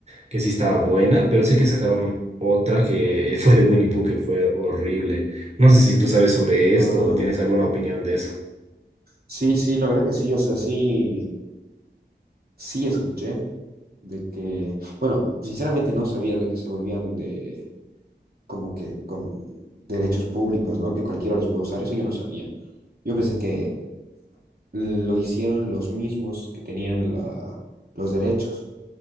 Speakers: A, on the right; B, on the right.
A: que sí estaba buena, pero sé que sacaron otra que <laughs> eh, fue de Winnie Pooh que fue horrible. No sé si tú sabes sobre
B: Ah,
A: esto o tienes alguna opinión de eso.
B: sí, sí, la verdad que sí, o sea, sí, sí escuché de que, bueno, sinceramente no sabía de que se volvían de, como que con derechos públicos, ¿no? Que cualquiera los puede usar, eso yo no sabía. Yo pensé que lo hicieron los mismos que tenían la, los derechos,